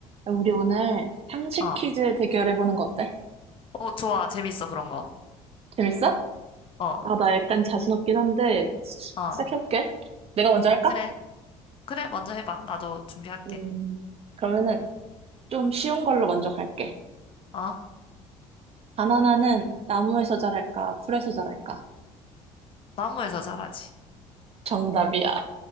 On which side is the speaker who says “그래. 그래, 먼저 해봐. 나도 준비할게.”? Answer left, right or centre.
Left